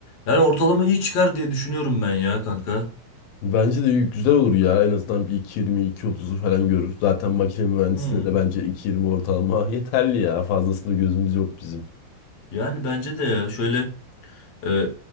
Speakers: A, on the left (about 60°); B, on the left (about 85°).
A: Yani ortalama iyi çıkar diye düşünüyorum ben ya kanka.
B: Bence de güzel olur ya. En azından bir iki yirmi iki 2.30'u falan görür. Zaten makine mühendisliğinde
A: Hmm.
B: de bence 2.20 ortalama <laughs> yeterli ya. Fazlasında gözümüz yok bizim.
A: Yani bence de ya şöyle e,